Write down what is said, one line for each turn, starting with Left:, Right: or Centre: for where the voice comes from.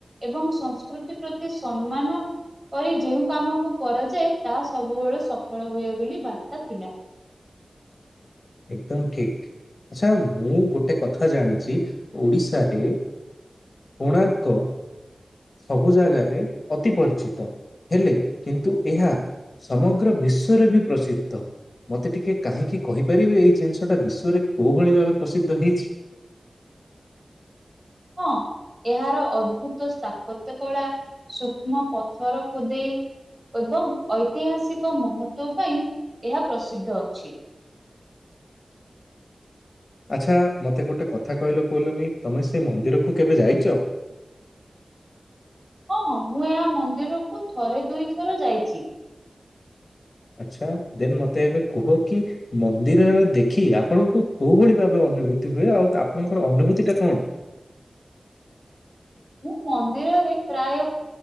Right: ଏବଂ ସଂସ୍କୃତି ପ୍ରତି ସମ୍ମାନ କରି ଯେଉଁ କାମକୁ କରାଯାଏ, ତାହା ସବୁବେଳେ ସଫଳ ହୁଏ ବୋଲି ବାର୍ତ୍ତା ଥିଲା।
Left: ଏକଦମ୍ ଠିକ୍, ଆଚ୍ଛା ମୁଁ ଗୋଟେ କଥା ଜାଣିଚି ଓଡ଼ିଶାରେ କୋଣାର୍କ ସବୁ ଜାଗାରେ ଅତି ପରିଚିତ, ହେଲେ କିନ୍ତୁ ଏହା ସମଗ୍ର ବିଶ୍ୱରେ ବି ପ୍ରସିଦ୍ଧ, ମତେ ଟିକେ କାହିଁକି କହି ପାରିବେ ଏଇ ଜିନିଷଟା ବିଶ୍ୱରେ କୋଉ ଭଳି ଭାବେ ପ୍ରସିଦ୍ଧ ହେଇଛି?
Right: ହଁ ଏହାର ଅଦ୍ଭୁତ ସ୍ଥାପତ୍ୟ କଳା ସୂକ୍ଷ୍ମ ପଥର ଖୋଦେଇ ଏବଂ ଐତିହାସିକ ମହତ୍ଵ ପାଇଁ ଏହା ପ୍ରସିଦ୍ଧ ଅଛି।
Left: ଆଚ୍ଛା ମୋତେ ଗୋଟେ କଥା କହିଲ କହିଲନି ତମେ ସେ ମନ୍ଦିରକୁ କେବେ ଯାଇଚ?
Right: ହଁ ମୁଁ ଏହା ମନ୍ଦିରକୁ ଥରେ ଦୁଇଥର ଯାଇଚି।
Left: ଆଚ୍ଛା ଦେନ୍ ମତେ ଏବେ କୁହ କି ମନ୍ଦିରରେ ଦେଖି ଆପଣଙ୍କୁ କୋଉ ଭଳି ଭାବେ ଅନୁଭୂତି ହୁଏ, ଆଉ ଆପଣଙ୍କର ଅନୁଭୂତି ଟା କଣ?
Right: ମୁଁ ମନ୍ଦିରରେ ପ୍ରାୟ